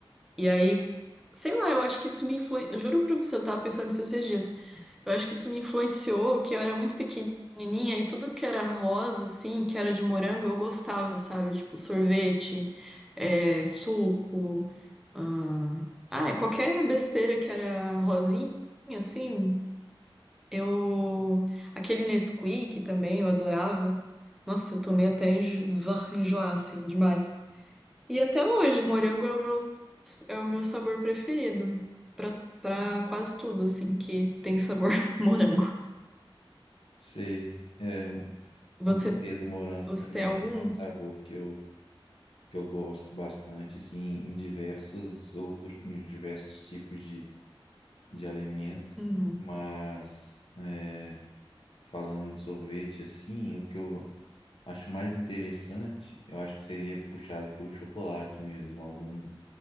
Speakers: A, in the centre; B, on the left.
A: E aí, sei lá, eu acho que isso me influenciou. Juro pra você, eu tava pensando nisso esses dias. Eu acho que isso me influenciou, que eu era muito pequenininha e tudo que era rosa, assim, que era de morango, eu gostava, sabe? Tipo, sorvete, é, suco, ah, ah, qualquer besteira que era rosinha, assim, eu... Aquele Nesquik também, eu adorava. Nossa, eu tomei até enjo... <laughs> enjoar, assim, demais. E até hoje, morango é o meu, é o meu sabor preferido. pra- Pra quase tudo, assim, que tem sabor <laughs> morango.
B: sei. É,
A: Você
B: Com certeza, morango
A: Você
B: também
A: tem algum?
B: é um sabor que eu, que eu gosto bastante, assim, em diversos outros, em diversos tipos de, de alimento.
A: Uhum.
B: Mas é, falando de sorvete, assim, o que eu acho mais interessante, eu acho que seria puxado para o chocolate mesmo, algum,